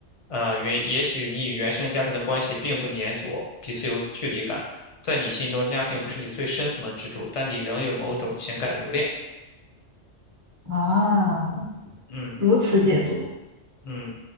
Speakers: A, on the left; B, on the right.
A: 呃，原也许你与原生家庭的关系并不粘着，彼此有距离感，在你心中家庭不是你最深层的支柱，但你仍有某种情感留恋。
B: 啊，
A: 嗯
B: 如此解读。
A: 嗯